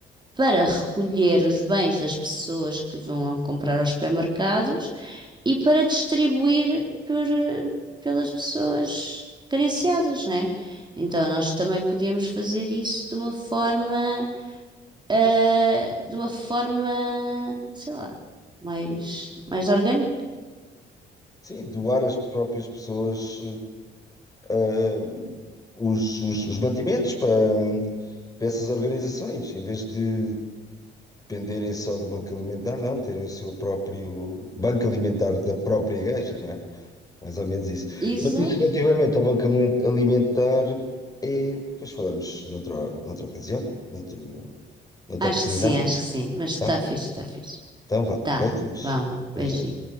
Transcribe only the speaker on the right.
para recolher os bens das pessoas que vão comprar aos supermercados e para distribuir por, eh, pelas pessoas carenciadas, não é? Então nós também podíamos fazer isso de uma forma, eh, de uma forma, sei lá, mais, mais orgânica.
Exato.
Acho
que sim, acho que sim. Mas está
fixe, está fixe.
Tá.
vamos
Beijinho.